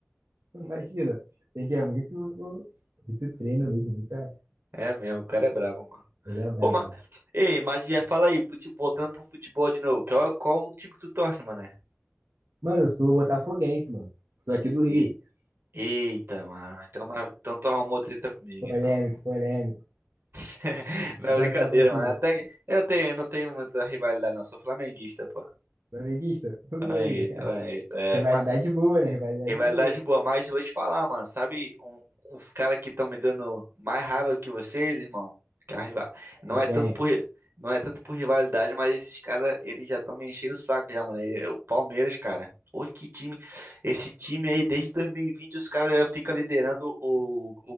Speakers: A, on the right (about 85°); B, on the right (about 55°).
A: imagina. Tem que é muito, pô, muito treino mesmo, muita...
B: É mesmo, o cara é brabo, mano.
A: Ele é bravo,
B: Pô, mas.
A: mano.
B: Ei, mas ia, fala aí, fute- voltando pro futebol de novo. Qual, qual o time que tu torce, mané?
A: Mano, eu sou botafoguense, mano. Sou aqui do
B: E
A: Rio.
B: Eita, mano. Então, na- então tu arrumou treta comigo,
A: Polêmico,
B: então.
A: polêmico.
B: <laughs> Não,
A: Tu torce
B: brincadeira,
A: pra qual time?
B: mano. Até que eu tenho, eu não tenho muita rivalidade, não. Sou flamenguista, pô.
A: Flamenguista? Pô,
B: Flamenguista,
A: aí. <laughs>
B: flamenguista. É,
A: Rivalidade
B: mas
A: boa, né? Rivalidade
B: Rivalidade
A: boa.
B: boa, mas eu vou te falar, mano. Sabe um- uns caras que estão me dando mais raiva do que vocês, irmão? Que a riva- Não
A: É
B: é
A: quem?
B: tanto por,
A: é?
B: ri- não é tanto por rivalidade, mas esses caras, eles já estão me enchendo o saco já, mano. E- O Palmeiras, cara. Ô, que time. Esse time aí, desde 2020, os caras já ficam liderando o,